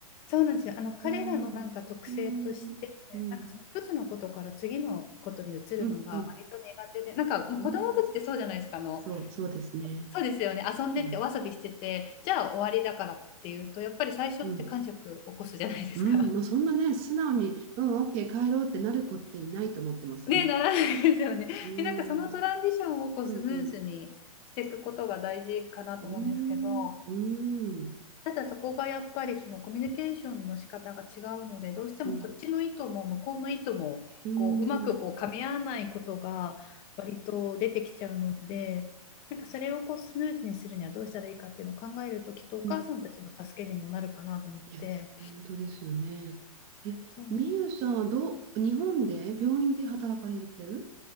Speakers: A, on the left; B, on the right.
A: そうなんですよ。あの、彼らのなんか特性として、
B: わあ。うん。うん。
A: なんかその一つのことから次のことに移るのが割と苦手で、
B: うん。うん。
A: なんかもう子供たちってそうじゃないですか、
B: うん。
A: あの、
B: そう、そうですね。
A: そうですよね、遊んでってお遊びしてて、
B: うん。
A: じゃあ終わりだからっていうと、やっぱり最初って感触起こすじゃないですか。
B: うん。うん。まあ、そんなね、素直に、うん、オッケー、帰ろうってなる子っていないと思ってます。
A: ね、ならないですよね。
B: うん。
A: で、なんかそのトランジションをこうスムーズにしていくことが大事かなと思うんですけど、
B: うん、うん。うん。うん。
A: ただそこがやっぱりそのコミュニケーションの仕方が違うので、どうしてもこっちの意図も向こうの意図もこううまくこう噛み合わないことが割と出てきちゃうので、
B: うん。うん。
A: なんかそれをこうスムーズにするにはどうしたらいいかっていうのを考えると、きっとお母さんたちの助けにもなるかなと思って、
B: うん。いや、本当ですよね。え、
A: そう
B: みゆさんはどう、日本で病院で働かれてる